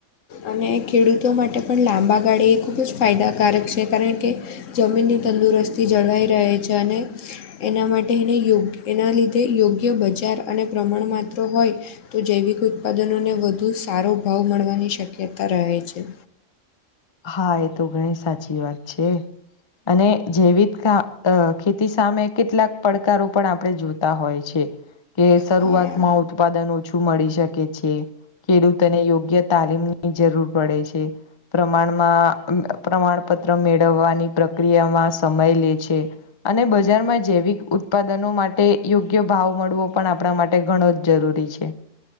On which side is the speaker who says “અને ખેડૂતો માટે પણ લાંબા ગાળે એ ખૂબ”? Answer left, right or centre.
Left